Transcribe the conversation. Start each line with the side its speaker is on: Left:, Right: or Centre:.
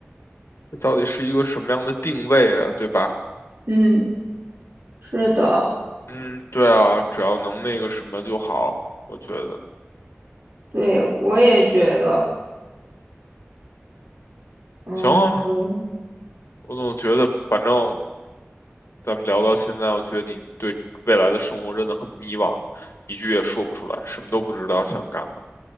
Left: 这到底是一个什么样的定位啊，对吧？
Right: 嗯，是的，
Left: 嗯，对啊，只要能那个什么就好，我觉得
Right: 对，我也觉得，嗯，
Left: 行啊。
Right: 所以，
Left: 我总觉得，反正咱们聊到现在，我觉得你对未来的生活真的很迷茫，一句也说不出来，什么都不知道想干嘛。